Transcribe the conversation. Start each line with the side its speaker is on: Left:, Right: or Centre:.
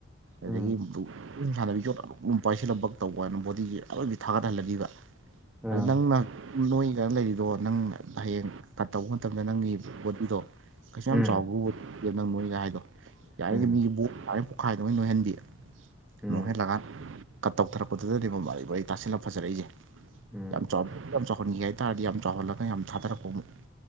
Centre: ꯎꯝ
Right: ꯑꯗꯒꯤ ꯁꯥꯟꯅꯕꯤ ꯌꯣꯠ ꯑꯆꯧ ꯄꯥꯏꯁꯤꯜꯂ ꯄꯛ ꯇꯧꯕꯅ ꯕꯣꯗꯤ ꯑꯗꯨꯒꯤ ꯑꯔꯣꯏꯕꯤ ꯊꯥꯒꯠꯍꯜꯂꯕꯤꯕ
Centre: ꯑꯥ
Right: ꯑꯗꯨ ꯅꯪꯅ ꯅꯣꯏ ꯀꯩ ꯂꯩꯔꯤꯗꯣ ꯅꯪ ꯍꯌꯦꯡ ꯀꯠ ꯇꯧꯕ ꯃꯇꯝꯗ ꯅꯪꯒꯤ ꯕꯣꯗꯤꯗꯣ ꯀꯩꯁꯨ
Centre: ꯎꯝ
Right: ꯌꯥꯝ ꯆꯥꯎꯕꯕꯦ ꯅꯪ ꯅꯣꯏꯒ ꯍꯥꯏꯗꯣ ꯌꯥꯔꯤꯗꯣ
Centre: ꯎꯝ
Right: ꯃꯤꯁꯤ ꯕꯣꯝ ꯄꯣꯈꯥꯏꯗꯧꯅ ꯅꯣꯏꯍꯟꯕꯤ
Centre: ꯎꯝ
Right: ꯅꯣꯏꯍꯜꯂꯒ ꯀꯠ ꯇꯧꯊꯔꯛꯄꯗꯨꯗꯗꯤ ꯃꯜ ꯑꯗꯨꯕꯨ ꯑꯩ ꯇꯁꯤꯜꯂ ꯐꯖꯔꯛꯏꯁꯦ
Centre: ꯎꯝ
Right: ꯌꯥꯝ ꯆꯥꯎ ꯌꯥꯝ ꯆꯥꯎꯍꯟꯈꯤ ꯍꯥꯏ ꯍꯥꯏꯇꯥꯥꯔꯗꯤ ꯌꯥꯝ ꯆꯥꯎꯍꯜꯂꯒ ꯌꯥꯝ ꯊꯥꯗꯔꯛꯄ ꯑꯃꯨꯛ